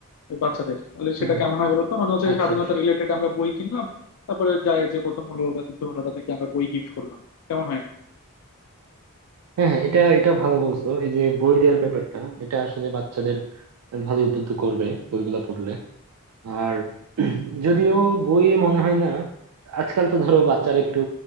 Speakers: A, on the left (about 80°); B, on the right (about 85°).
A: বাচ্চাদের তাহলে সেটা
B: হুম।
A: কেমন হয় বলতো মানে হচ্ছে
B: আচ্ছা
A: স্বাধীনতা
B: আচ্ছা
A: রিলেটেড আমরা বই কিনলাম তারপরে যায় যে প্রথম হলো বা দ্বিতীয় হলো তাদেরকে আমরা বই গিফট করলাম কেমন হয় এটা
B: হ্যাঁ হ্যাঁ এটা এটা ভালো বলছো এই যে বই দেওয়ার ব্যাপারটা এটা আসলে বাচ্চাদের ভালো উদ্বুদ্ধ করবে বইগুলা পড়লে আর যদিও বইয়ে মনে হয় না আজকাল তো ধরো বাচ্চারা একটু